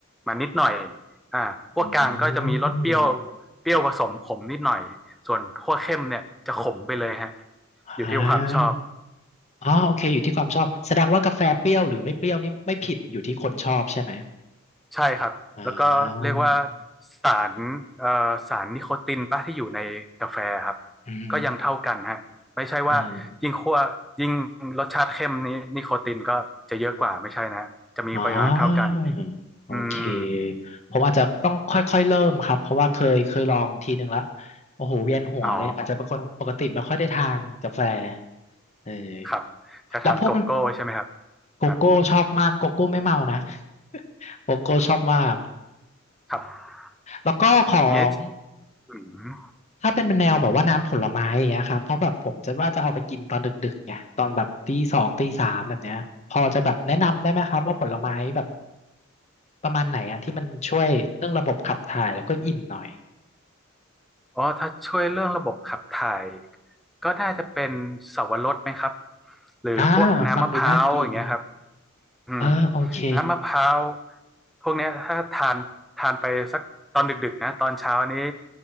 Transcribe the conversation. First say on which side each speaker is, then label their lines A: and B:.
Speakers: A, in the centre; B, on the left.
A: มานิดหน่อยอ่าขั้วกลางก็จะมีรสเปรี้ยว
B: อืม
A: เปรี้ยวผสมขมนิดหน่อยส่วนขั้วเข้มเนี่ยจะขมไปเลยฮะ
B: อ่า
A: อยู่ที่ความชอบ
B: อ๋อโอเคอยู่ที่ความชอบแสดงว่ากาแฟเปรี้ยวหรือไม่เปรี้ยวนี่ไม่ผิดอยู่ที่คนชอบใช่ไหม
A: ใช่ครับแล้วก็เรียกว่า
B: อ่า
A: สารเอ่อสารนิโคตินปะที่อยู่ในกาแฟครับ
B: อืม
A: ก็ยังเท่ากันฮะไม่ใช่ว่ายิ่งขั้วยิ่งรสชาติเข้มนี้นิโคตินก็จะเยอะกว่าไม่ใช่นะฮะจะมีปริมาณเท่ากัน
B: เอออ๋อโอเค
A: อืม
B: ผมอาจจะต้องค่อยๆเริ่มครับ เพราะว่าเคยเคยลองทีหนึ่งแล้วโอ้โหเวียนหัวเลยอาจจะเป็นคนปกติไม่ค่อยได้ทานกาแฟ
A: อ๋อ
B: เออ
A: ครับจะทานโกโก้ใช่ไหมครับ
B: แล้วพวกโกโก้ชอบมากโกโก้ไม่เมานะ
A: ครับ
B: <laughs> โกโก้ชอบมาก
A: ครับ
B: แล้วก็ของ
A: อย่างเงี้ยอืม
B: ถ้าเป็นแนวแบบว่าน้ำผลไม้อย่างเงี้ยครับเพราะแบบผมจะว่าจะเอาไปกินตอนดึกๆไงตอนแบบตีสองตีสามแบบเนี้ยพอจะแบบแนะนำได้ไหมครับว่าผลไม้แบบประมาณไหนอะที่มันช่วยเรื่องระบบขับถ่ายแล้วก็อิ่มหน่อย
A: อ๋อถ้าช่วยเรื่องระบบขับถ่ายก็น่าจะเป็นสาวรสไหมครับหรือพวกน้ำมะพร้าวอย่างเงี้ยครับ
B: อ่าฟังดูน่ากิน
A: อืม
B: เออโอเค
A: น้ำมะพร้าวพวกเนี้ยถ้าทานทานไปสักตอนดึกๆนะตอนเช้านี้